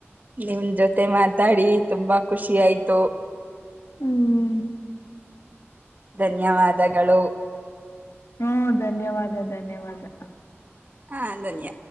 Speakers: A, on the right; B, on the left.
A: ನಿಮ್ ಜೊತೆ ಮಾತಾಡಿ ತುಂಬಾ ಖುಷಿ ಆಯ್ತು
B: ಹ್ಮ್
A: ಧನ್ಯವಾದಗಳು
B: ಹ್ಮ್ ಧನ್ಯವಾದ ಧನ್ಯವಾದ
A: ಹಾ ಧನ್ಯ